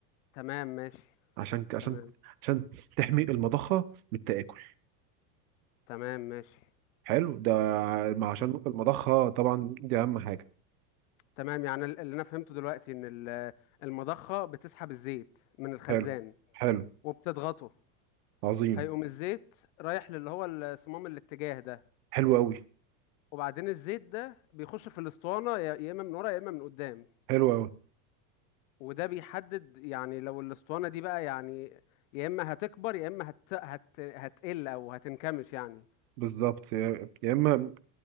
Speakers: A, on the left; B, on the right.
A: تمام ماشي
B: عشان عشان
A: تمام
B: عشان تحمي المضخة من التآكل
A: تمام ماشي
B: حلو ده ما عشان
A: حلو.
B: المضخة طبعا دي أهم حاجة
A: تمام يعني ال- اللي أنا فهمته دلوقتي إن ال- المضخة بتسحب الزيت من الخزان
B: حلو حلو
A: وبتضغطه
B: عظيم
A: فيقوم الزيت رايح للي هو الصمام الاتجاه ده
B: حلو أوي
A: وبعدين الزيت ده بيخش في الأسطوانة يا يا إما من ورا يا إما من قدام
B: حلو أوي
A: وده بيحدد يعني لو الأسطوانة دي بقى يعني يا إما هتكبر يا إما هت... هت... هتقل أو هتنكمش يعني
B: بالظبط يا يا إما